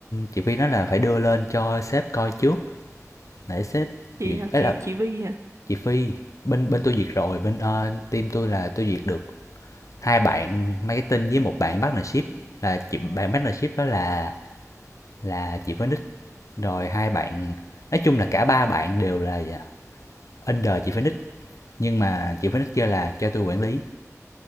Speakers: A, on the left (about 75°); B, on the right (about 60°).
A: chị Phi nói là phải đưa lên cho sếp coi trước để sếp
B: Chị
A: duyệt
B: nào
A: ấy
B: chị
A: là
B: chị Vi hả?
A: chị Phi bên bên tôi duyệt rồi bên ờ, team tôi là tôi duyệt được hai bạn marketing với một bạn partnership là chị bạn partnership đó là là chị Phoenix rồi hai bạn nói chung là cả ba bạn đều là dạ, under chị Phoenix nhưng mà chị Phoenix kêu là cho tôi quản lý